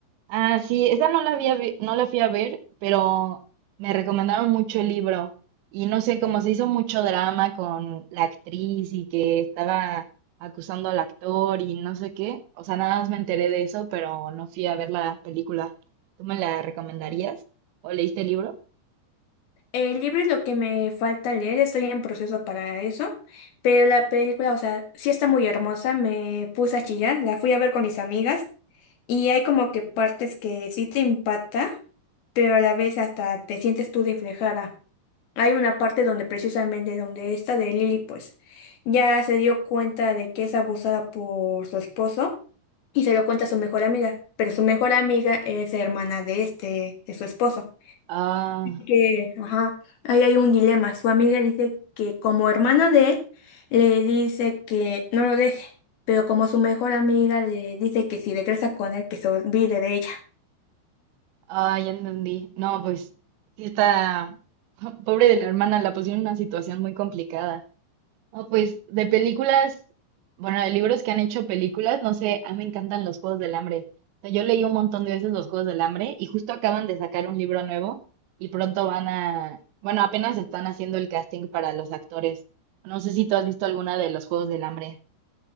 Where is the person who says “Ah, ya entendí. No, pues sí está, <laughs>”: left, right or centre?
Right